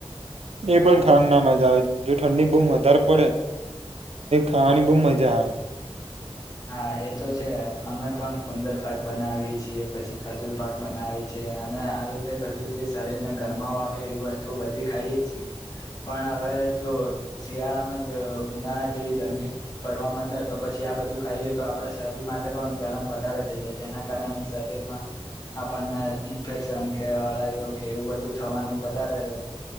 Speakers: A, on the right; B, on the left.
A: એ
B: હા
A: પણ ખાવાની ના મજા આવે. જો ઠંડી બહુ વધારે પડે ખાવાની બહું મજા આવે.
B: હા એ તો છે અમે પણ ગુંદર પાક બનાવીએ છીએ પછી ખાજુર પાક બનાવીએ છીએ અને આવી રીતે બધી જે શરીરને ગરમાવ આપે એવી વસ્તુ બધી ખાઈએ છીએ પણ હવે જો શિયાળામાં જ ઉનાળા જેવી ગરમી પડવા માંડે તો પછી આ બધું ખાઈએ તો આપણા શરીર માટે પણ ગરમ વધારે થઈ જાય જેના કારણે શરીરમાં આપણને ઇન્ફેક્શન કે અળાઈઓ કે એવું બધું થવાનું વધારે